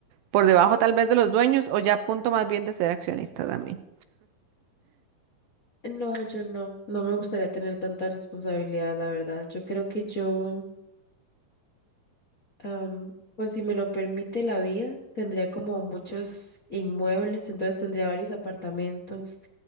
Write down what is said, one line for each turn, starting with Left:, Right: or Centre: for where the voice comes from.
Right: por debajo tal vez de los dueños o ya a punto más bien de ser accionista también.
Left: No, yo no, no me gustaría tener tanta responsabilidad, la verdad. Yo creo que yo, am, pues si me lo permite la vida, tendría como muchos inmuebles, entonces tendría varios apartamentos